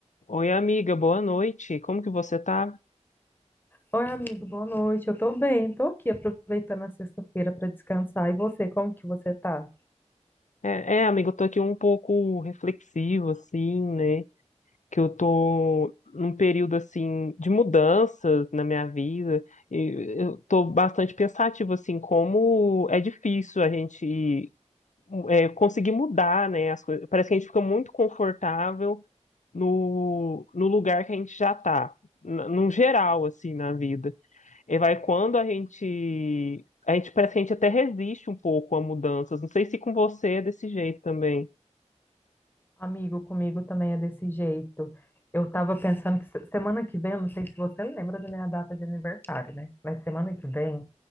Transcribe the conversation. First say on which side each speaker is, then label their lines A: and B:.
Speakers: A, on the left; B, on the left.
A: Oi, amiga, boa noite. Como que você tá?
B: Oi, amigo, boa noite. Eu tô bem, tô aqui aproveitando a sexta-feira para descansar. E você, como que você tá?
A: É, é, amiga, eu tô aqui um pouco reflexivo, assim, né? Que eu tô num período, assim, de mudanças na minha vida. E eu tô bastante pensativo, assim, como é difícil a gente é, conseguir mudar, né? As coisas. Parece que a gente fica muito confortável no, no lugar que a gente já tá, n- num geral, assim, na vida. E vai quando a gente. A gente parece que a gente até resiste um pouco a mudanças. Não sei se com você é desse jeito também.
B: Amigo, comigo também é desse jeito. Eu tava pensando que se- semana que vem, eu não sei se você lembra da minha data de aniversário, né? Mas semana que vem